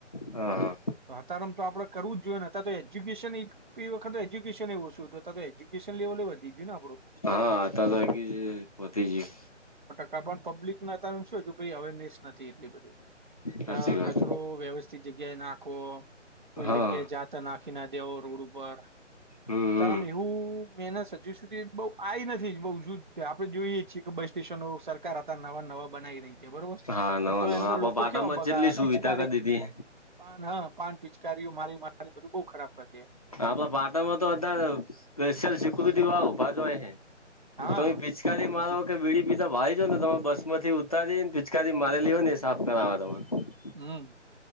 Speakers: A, on the left; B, on the right.
A: હા હા
B: તો અતારમ તો આપડે કરવું જ જોઈએ ને અ તો એજ્યુકેશન <inaudible> આખર એ્યુકેશન એવું હતું ત તો એ્યુકેશન લેવલે વધી ગયુંને આપડો.
A: હા હતા તે વધી ગયું
B: પબ્લિકને અ શું અવેરનેસ નથી એટલી બધી
A: સાચી વાત
B: કચરો વ્યવસ્થિત જગ્યાએ નાખો કોઈ
A: હા
B: જગ્યાએ જાતા નાખી ના દેવો રોડ ઉપર
A: હમ
B: અ
A: હમ
B: એવું મનત હજુ સુધી બ આ નથી બ આપણે જોઈએ છીએ કે બસ સ્ટેશનો સર હતા, નવા નવા બનાઈ રહી છે બરોબર
A: હા
B: પણ
A: નવા
B: તો એ
A: નવા
B: અંદર
A: આપડા
B: લોકો
A: પાટણમાં
B: કેવા બગાડ
A: જેટલી સુવિધા
B: પિચકારી
A: કરી દીધી
B: પાન હા પાન પિચકારી્યું મારી મા બધું બહ ખરાબ પે
A: આપણા પાટણમાં તો બધા સ્ેશયલ સિકુરિટી વા ભા હોય છે.
B: હા
A: મારાખ વીડી પીધા ભાઈ જો ને તમામે બસ માંથી ઉતારી ને કાદી મારેલી હો હી સાફ કરાવવા તને
B: હમ